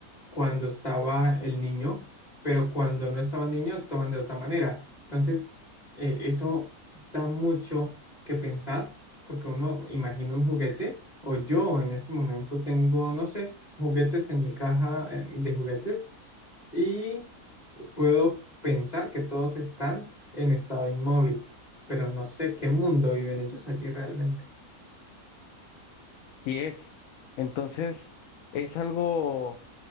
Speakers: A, on the left; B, on the left.
A: cuando estaba el niño, pero cuando no estaba el niño actuaban de otra manera. Entonces, eh, eso da mucho que pensar, porque uno imagina un juguete, o yo en este momento tengo, no sé, juguetes en mi caja eh, de juguetes y... Puedo pensar que todos están en estado inmóvil, pero no sé qué mundo viven ellos allí realmente.
B: Sí es. Entonces, es algo,